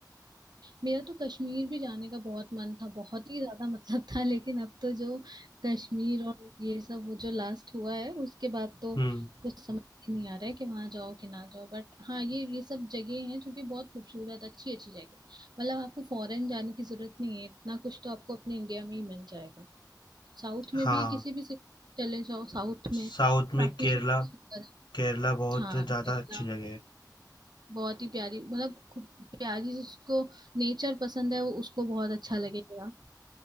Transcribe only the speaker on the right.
मेरा तो कश्मीर भी जाने का बहुत मन था बहुत ही ज्यादा <laughs> मतलब था लेकिन अब तो जो कश्मीर और ये सब वो जो लास्ट हुआ है उसके बाद तो
कुछ समझ ही नहीं आ रहा है कि वहां जाओ कि ना जाओ बट हाँ ये ये सब जगह हैं जो कि बहुत खूबसूरत अच्छी अच्छी जगह है। मतलब आपको फॉरेन जाने की जरूरत नहीं है इतना कुछ तो आपको अपने इंडिया में ही मिल जाएगा साउथ में
भी किसी भी सिटी चले जाओ साउथ में
काफी
सुंदर सुंदर
हाँ
केरला
बहुत ही प्यारी मतलब खूब प्यारी जिसको नेचर पसंद है वो उसको बहुत अच्छा लगेगा